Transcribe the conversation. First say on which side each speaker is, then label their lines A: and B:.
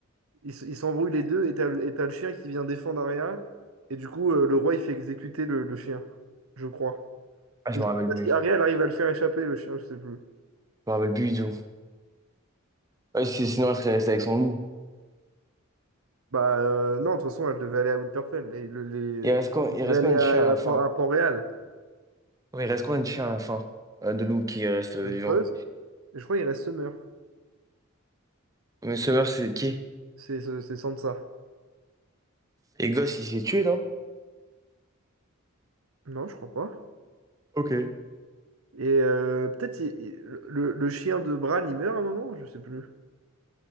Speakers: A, on the right; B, on the right.
A: Ils s- ils s'embrouillent les deux, et t'as le, et t'as le chien qui vient défendre Arya. Et du coup, euh, le roi, il fait exécuter le, le chien, je crois.
B: Ah, je
A: Ou
B: me
A: je
B: rappelle
A: sais pas
B: plus.
A: si
B: Je
A: Ariel arrive à le faire échapper, le chien, je sais plus.
B: me rappelle plus du tout. Ouais, si- sinon, elle serait restée avec son loup.
A: Bah euh, non, de toute façon, elle devait aller à Winterfell. Et le- les...
B: Il reste quoi,
A: Elle
B: il
A: devait
B: reste
A: aller
B: combien
A: à,
B: de chiens à la
A: à
B: fin?
A: Port- à Port-Réal.
B: Oui, il reste combien de chiens à la fin? Euh, de loups qui restent euh,
A: Le
B: vivants.
A: poste. Et je crois qu'il reste Summer.
B: Mais Summer, c'est qui?
A: C'est c'est- c'est Sansa.
B: Et Gosse, il s'est tué, non?
A: Non, je crois pas.
B: Ok.
A: Et euh, peut-être il- il- le, le chien de Bran, il meurt à un moment, je sais plus.